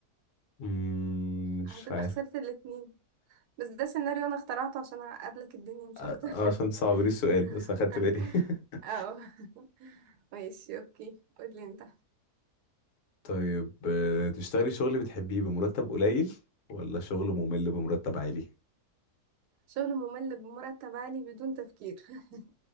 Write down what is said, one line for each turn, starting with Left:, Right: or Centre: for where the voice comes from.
Left: مم، مش
Right: هتبقى
Left: عارف
Right: خسرت الاتنين بس ده سيناريو انا اخترعته عشان اعقدلك الدنيا مش
Left: آه،
Right: اكتر
Left: آه، عشان صعب
Right: <laughs>
Left: لي السؤال بس اخدت بالي
Right: <laughs>
Left: <laughs>
Right: اه <laughs> ماشي اوكي قولي انت
Left: طيب آه، تشتغلي شغل بتحبيه بمرتب قليل ولا شغل ممل بمرتب عالي
Right: شغل ممل بمرتب عالي بدون تفكير <laughs>